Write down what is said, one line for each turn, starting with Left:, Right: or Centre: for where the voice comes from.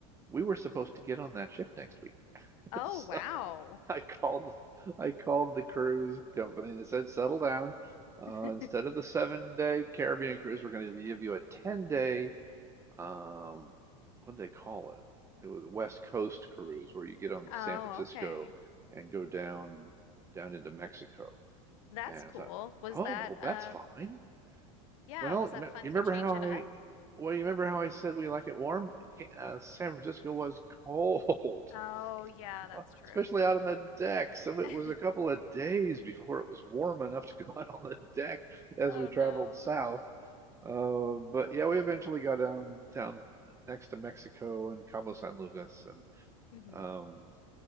Right: we were supposed to get on that ship next week. <laughs>
Left: Oh,
Right: so
Left: wow.
Right: I called, I called the cruise company and said, settle down. Uh,
Left: <laughs>
Right: instead of the seven day Caribbean cruise, we're going to give you a 10 day um what do they call it? It was West Coast cruise where you get on
Left: Oh,
Right: San Francisco
Left: okay.
Right: and go down down into Mexico.
Left: That's
Right: And
Left: cool.
Right: I thought,
Left: Was
Right: oh,
Left: that,
Right: well,
Left: uh,
Right: that's fine.
Left: yeah,
Right: Well,
Left: was
Right: you,
Left: that
Right: me
Left: fun
Right: you
Left: to
Right: remember
Left: change
Right: how
Left: it
Right: I
Left: up?
Right: well, you remember how I said we like it warm? Uh, San Francisco was cold,
Left: Oh, yeah,
Right: <laughs>
Left: that's true.
Right: especially out on the deck. So it
Left: <laughs>
Right: was a couple of days before it was warm enough to go <laughs> out on the deck as
Left: Oh,
Right: we traveled
Left: no.
Right: south. Uh, but yeah, we eventually got down down next to Mexico and Cabo San Lucas, and
Left: hmm
Right: um,